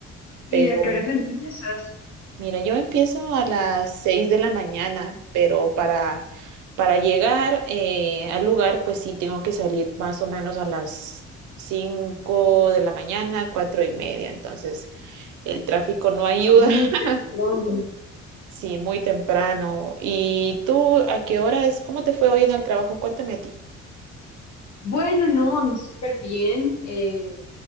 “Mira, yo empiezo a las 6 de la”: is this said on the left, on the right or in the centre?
Right